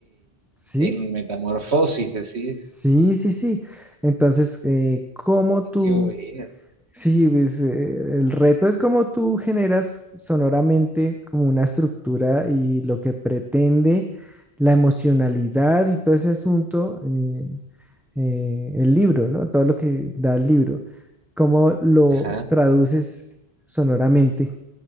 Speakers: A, in the centre; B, on the right (about 85°).
A: ¿sí?
B: En metamorfosis decís,
A: Sí, sí, sí. Entonces, eh, ¿cómo tú
B: qué bueno.
A: Sí, pues, eh, el reto es cómo tú generas sonoramente como una estructura y lo que pretende la emocionalidad y todo ese asunto, eh, eh, el libro, ¿no? Todo lo que da el libro, cómo lo
B: Ajá.
A: traduces sonoramente.